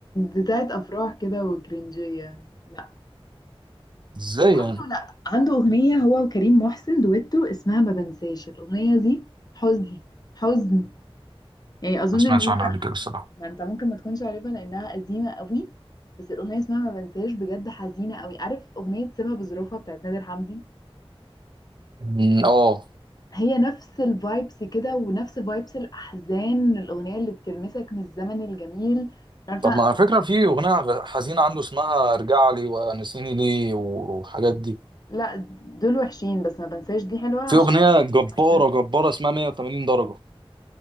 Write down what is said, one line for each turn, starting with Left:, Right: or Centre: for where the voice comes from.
Left: بتاعت افراح كده وكرنجيه لا
Right: ازاي يعني
Left: عنده لا عنده اغنيه هو وكريم محسن دويتو اسمها ما بنساش الاغنيه دي حزن حزن يعني اظن
Right: ما سمعتش
Left: ان انت
Right: عنها قبل كده الصراحه
Left: ما انت ممكن ما تكونش عارفها لانها قديمه قوي بس الاغنيه اسمها ما بنساش بجد حزينه قوي عارف اغنيه سيبها بظروفها بتاعت نادر حمدي
Right: مم، اه
Left: هي نفس الفايبس كده ونفس فايبس الأحزان الأغنية اللي بتلمسك من الزمن الجميل عارفة
Right: طب ما على فكره في اغنيه غ- حزينه عنده اسمها ارجع لي ونسيني ليه والحاجات دي
Left: لا دول وحشين بس ما بنساش دي حلوة عشان
Right: في اغنيه جباره
Left: عشان
Right: جباره اسمها 180 درجه